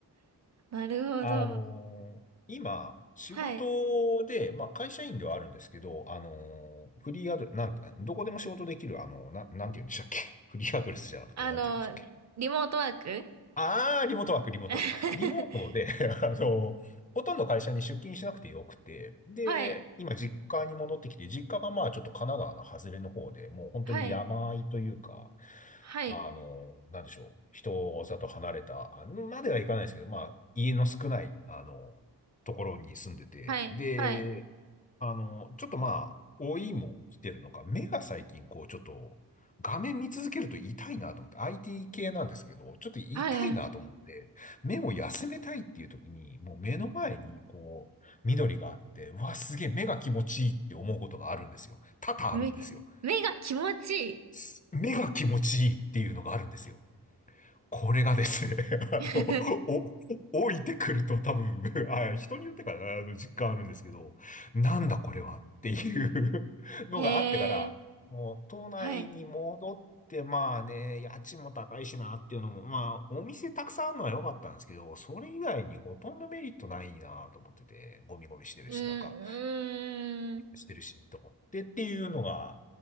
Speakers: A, on the right (about 40°); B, on the left (about 20°).
A: なるほど。
B: あのー今、仕事で、
A: はい。
B: まあ、会社員ではあるんですけど、あのーフリーアドレス、なんて、どこでも仕事できる、あのーな、なんて言うんでしたっけ <laughs> フリーアドレスじゃなくて、
A: あの、
B: なんて言うんですっ
A: リモートワーク
B: ああ、リモートワーク、リモートワーク。
A: <laughs>
B: リモートで、<laughs> あの、ほとんど会社に出勤しなくてよくて、で、
A: はい。
B: 今実家に戻ってきて、実家がまあちょっと神奈川の外れの方で、もう本当に山あいというか、
A: はい。はい。
B: あの、なんでしょう、人里離れた、あまではいかないですけど、まあ家の少ない、あの、ところに住んでて、
A: はい。
B: で、
A: はい。
B: あの、ちょっとまあ、老いも来てるのか、目が最近こう、ちょっと、画面見続けると痛いなと思って、IT 系なんですけど、ちょっと痛いなと思って、
A: はい。
B: 目を休めたいっていう時に、もう目の前にこう、緑があって、うわ、すげえ目が気持ちいいって思うことがあるんですよ。多々あるんですよ。
A: 目、目が気持ち
B: す目が気持ちいいっていうのがあるんですよ。これがですね、<laughs> あの、
A: い
B: お、置いてくると多分、<laughs> あ、人によってかな、あの実感あるんですけど、なんだこれはっていう <laughs> のがあってから、
A: い。<laughs> へえ。
B: もう都内に戻って、
A: はい。
B: まあね、家賃も高いしなっていうのも、まあお店たくさんあるのは良かったんですけど、それ以外にほとんどメリットないなと思ってて、ゴミゴミしてるし、
A: うーん、
B: なんか、
A: うーん。
B: してるし、と思ってっていうのが